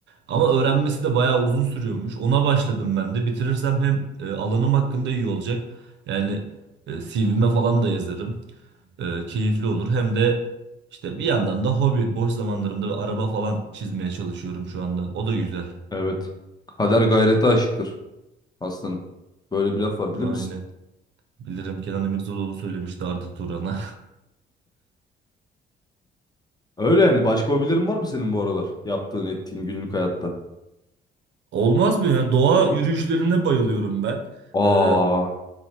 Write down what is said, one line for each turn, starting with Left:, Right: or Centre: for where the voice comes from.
Right: ama öğrenmesi de bayağı uzun sürüyormuş ona başladım ben de bitirirsem hem e, alanım hakkında iyi olacak yani e, CV'me falan da yazarım E, keyifli olur hem de işte bir yandan da hobi boş zamanlarımda araba falan çizmeye çalışıyorum şu anda o da güzel
Left: Evet. Kader gayrete aşıktır aslanım. Böyle bir laf var bilir
Right: aynen.
Left: misin?
Right: Bilirim Kenan Emirzalıoğlu söylemişti Arda Turan'a.
Left: Öyle yani. Başka hobilerin var mı senin bu aralar? Yaptığın, ettiğin günlük hayatta.
Right: <laughs> Olmaz mı ya? Doğa yürüyüşlerine bayılıyorum ben.
Left: Aa,
Right: Ee,